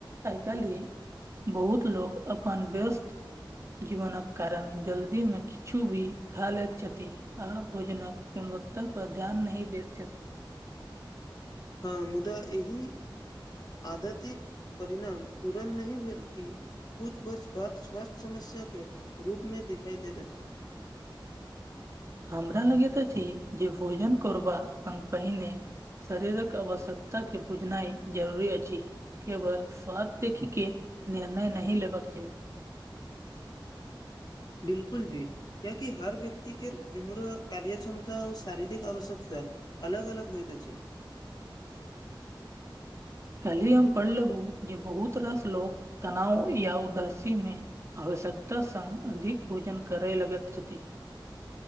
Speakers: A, on the right (about 35°); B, on the left (about 50°).
A: आइ काल्हि बहुत लोग अपन व्यस्त जीवनक कारण जल्दी में किछु भी खा लैत छथि आ भोजनक गुणवत्ता पर ध्यान नहि दैत छथि
B: हँ मुदा एहि आदतिक परिणाम तुरन् नहि भेल् की कुछ वर्ष बाद स्वास्थ्य समस्या के रूपमे दिखाइ दैत अछि
A: हमरा लगैत अछि जे भोजन करबा संग पहिने शरीरक आवश्यकता के बुझनाइ जरूरी अछि केवल स्वाद देखी के निर्णय नहि लेबाक चाही
B: बिलकुल जी क्याकि हर व्यक्ति के उम्र कार्य क्षमता आऔ शारीरिक आवश्यकता अलग अलग होइत छी
A: काल्हि हम पढ़लहूॅं जे बहुत रास लो तनाव या उदासी मे आवश्यकता सङ अधिक भोजन करै लगत छथि